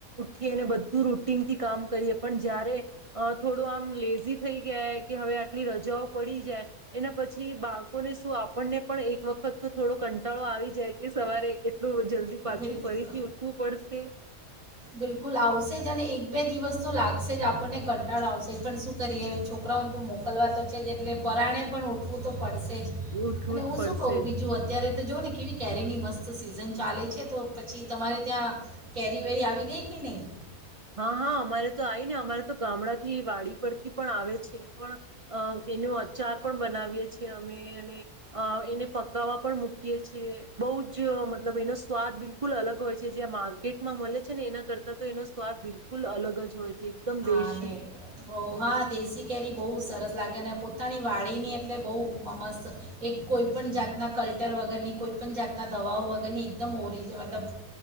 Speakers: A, on the right; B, on the right.
A: ઉઠીને બધું રૂટીનથી કામ કરીએ પણ જયારે અહ થોડો આમ લેઝી થઈ ગયા કે હવે આટલી રજાઓ પડી જાય એના પછી બાળકોને શું આપણને પણ એક વખત તો થોડો કંટાળો આવી જાય કે સવારે કે ટલું જલ્દી પાછું
B: બિલકુલ
A: ફરીથી ઉઠવું પડશે.
B: બિલકુલ આવશે જ અને એક બે દિવસ તો લાગશે જ આપણને કંટાળો આવશે જ, પણ શું કરીએ છોકરાઓને તો મોકલવા તો છે જ એટલે પરાણે પણ ઉઠવું તો પડશે જ,
A: ઉઠવું
B: અને હું
A: જ
B: શું
A: પડશે
B: કું બીજું
A: જ
B: અત્યારે જોઓ ને કેવી કેરીની મસ્ત સિઝન ચાલે છે છે તો પછી તમારે ત્યાં કેરી વેરી આવી ગઈ કે નહીં?
A: હા, હા અમારે તો આવી ને અમારે તો ગામડાથી વાડી પરથી પણ આવે છે, પણ અહ એનો અચાર પણ બનાવીએ છીએ અમે અને અહ એને પકાવવા પણ મૂકીએ છીએ. બહુ જ મતલબ એનો સ્વાદ બિલકુલ અલગ હોય છે, જે માર્કેટમાં મળે છે ને એના કરતાં તો એનો સ સ્વાદ બિલકુલ અલગ જ હોય.
B: હા
A: દેશી
B: નહી, બહું હા દેશી કેરી બહુ સરસ લાગે અને પો પોતાની વાડીની એટલે બહુ મસ્ત. એક કોઈપણ જાતના કલ્ટર વગરની કોઈપણ જાતના દવાઓ વગરની એકદમ ઓરિજ મતલબ